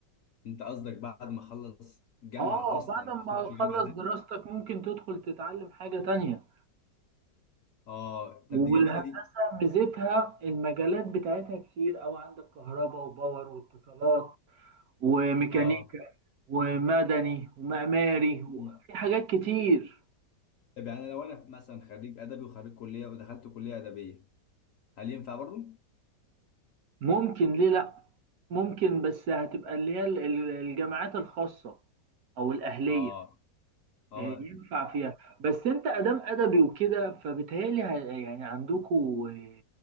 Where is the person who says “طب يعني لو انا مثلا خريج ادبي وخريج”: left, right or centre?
Left